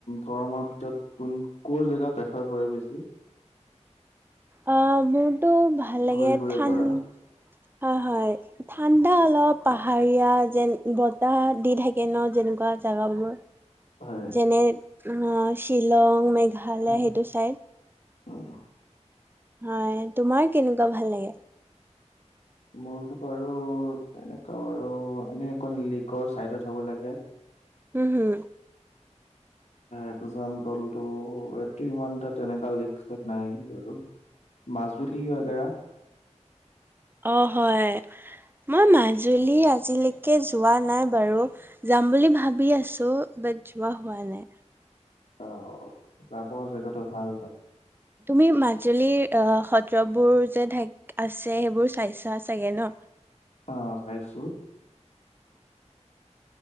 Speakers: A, on the left; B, on the right.
A: গৰমৰ ভিতৰত কোন কৰ জেগা প্ৰেফাৰ কৰে বেছি
B: অ মোৰতো ভাল লাগে
A: ঘূৰিবৰে
B: ঠান
A: পাৰা
B: হয় হয় ঠাণ্ডা অলপ পাহাৰীয়া যেন বতাহ দি থাকে ন যেনেকুৱা জেগাবোৰ
A: হয়
B: যেনে শ্বিলং মেঘালয়
A: উম,
B: সেইটো চাইড
A: উম।
B: হয় তোমাৰ কেনেকুৱা ভাল লাগে
A: মোৰতো বাৰু তেনেকুৱা বাৰু এনেই অকণ লিকৰ চাইডত হ'ব লাগে
B: উম হম
A: একজাম্পল টো এইটো ইমান এটা তেনেকা লিষ্টত নাই বাৰু মাজুলী বাগেৰা
B: <unintelligible> অ হয় মই মাজুলী আজিলৈকে যোৱা নাই বাৰু যাম বুলি ভাবি আছো বাট যোৱা হোৱা নাই
A: অ যাব জেগাটো ভাল তাত
B: তুমি মাজুলীৰ সত্ৰবোৰ যে আছে সেইবোৰ চাইছা চাগে ন
A: অ চাইছো